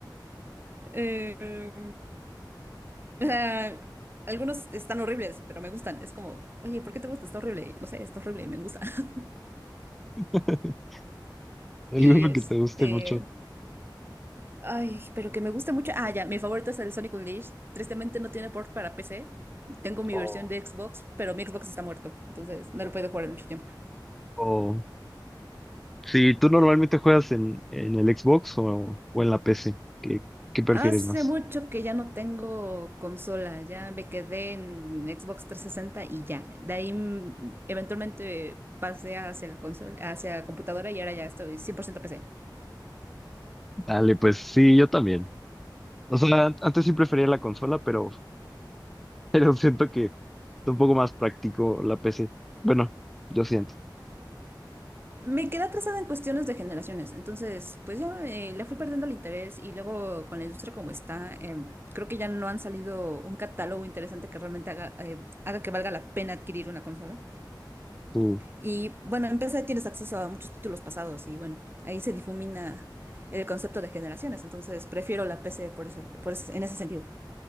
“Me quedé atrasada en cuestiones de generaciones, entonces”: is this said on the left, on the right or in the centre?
Right